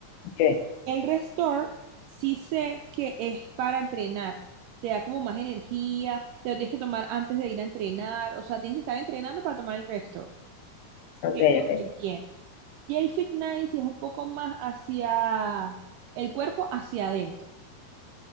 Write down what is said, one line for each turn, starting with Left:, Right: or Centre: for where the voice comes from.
Left: ok,
Right: El Restore sí sé que es para entrenar, te da como más energía, te lo tienes que tomar antes de ir a entrenar, o sea, tienes que estar entrenando para tomar el Restore,
Left: ok,
Right: que es lo
Left: ok.
Right: que entiendo. Y el Fit Night sí es un poco más hacia el cuerpo, hacia adentro,